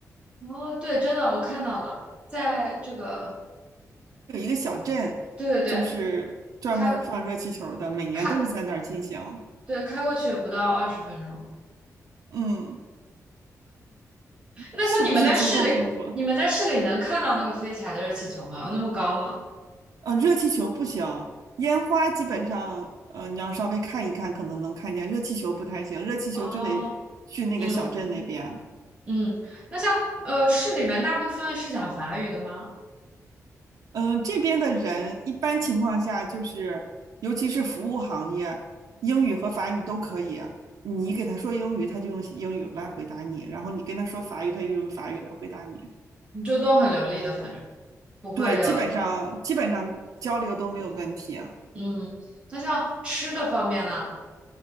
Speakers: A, on the right; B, on the right.
A: 哦，对，真的，我看到了，在这个，
B: 有一个小镇，
A: 对对对，
B: 就是专门儿放热气球的，
A: 开
B: 每年都是在那儿进行。
A: 开，对，开过去也不到二十分钟。
B: 嗯，
A: 那像你们在市里，
B: 是不是足够丰富？
A: 你们在市里能看到那个飞起来的热气球吗？有那么高吗？
B: 呃，热气球不行，烟花基本上，呃，你要稍微看一看，可能能看见。热气球不太行，热气球就得去那个小镇那边。
A: 哦，嗯嗯，那像呃市里面大部分是讲法语的吗？
B: 嗯，这边的人一般情况下就是，尤其是服务行业，英语和法语都可以。你给他说英语，他就用英语来回答你；然后你跟他说法语，他就用法语来回答你。
A: 就都很流利的，反正不会有。
B: 对，基本上基本上交流都没有问题啊。
A: 嗯，那像吃的方面呢？